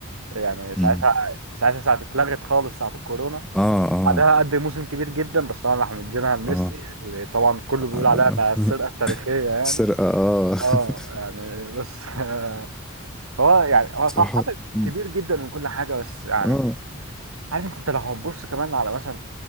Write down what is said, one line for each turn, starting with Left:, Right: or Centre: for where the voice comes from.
Right: يعني ساعتها
Centre: امم
Right: ساعتها ساعه اتلغت خالص ساعه الكورونا
Centre: اه اه
Right: بعدها قدم موسم كبير جدا بس طبعا راحوا مدينها لميسي
Centre: اه,
Right: اللي طبعا كله بيقول
Centre: آه.
Right: عليها انها السرقه
Centre: <laughs>
Right: التاريخيه يعني
Centre: سرقة اه <laughs>
Right: اه يعني بس <laughs> هو يعني هو صح
Centre: صراحة
Right: حاطط
Centre: مم.
Right: كبير جدا من كل حاجه بس يعني
Centre: اه
Right: عارف انت انت لو هتبص كمان على مثلا